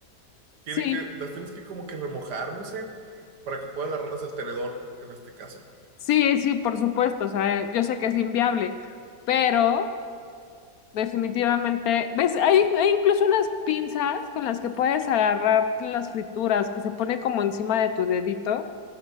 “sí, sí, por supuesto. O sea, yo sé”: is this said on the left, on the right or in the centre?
Left